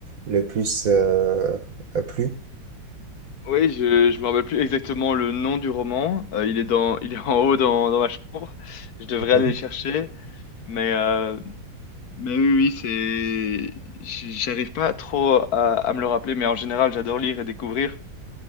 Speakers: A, on the right (about 55°); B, on the left (about 60°).
A: le plus euh, euh, plu.
B: Oui, je je me rappelle plus exactement le nom du roman. Euh, il est dans, <laughs> il est en haut dans, dans ma chambre. Je devrais
A: Oui.
B: aller le chercher, mais euh, mais oui, oui, c'est, j- j'arrive pas trop à, à me le rappeler, mais en général, j'adore lire et découvrir.